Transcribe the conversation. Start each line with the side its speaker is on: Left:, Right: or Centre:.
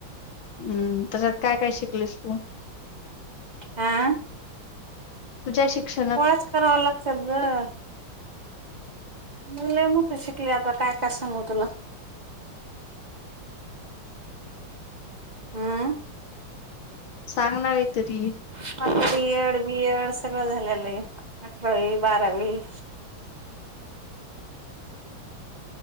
Left: हम्म. त्याच्यात काय काय शिकलीस तू?
Right: आं?
Left: तुझ्या शिक्षण-
Right: पोळ्याच कराव्या लागतात ग! मी लई मोठ शिकले. आता काय काय सांगू तुला? हम?
Left: सांग ना का तरी.
Right: आपल बी एड, डी एड सगळं झालेलं आहे. अकरावी बारावी-